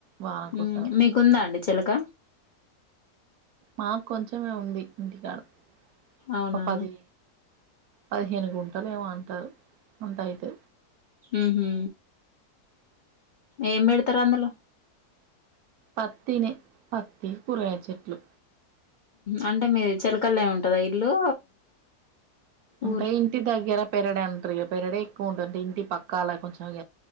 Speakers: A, on the right; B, on the left.
A: వాన కోసరం.
B: ఉమ్ మీకుందా అండి చిలక
A: మాకొంచమే ఉంది ఇంటికాడ.
B: అవునా
A: ఒక పది పదిహేను గుంటలు ఏమో అంటారు ముందయితే.
B: మ్ హూ ఏం పెడతరు అందులో
A: పత్తి నే పత్తి కూరగాయల చెట్లు
B: అంటే మీది చెలకల్లే ఉంటదా ఇల్లు
A: అంటే
B: ఊరు
A: ఇంటి దగ్గర పెరడ అంటారు పెరడ ఎక్కువ ఉంటుంది ఇంటి పక్క అలా కొంచెం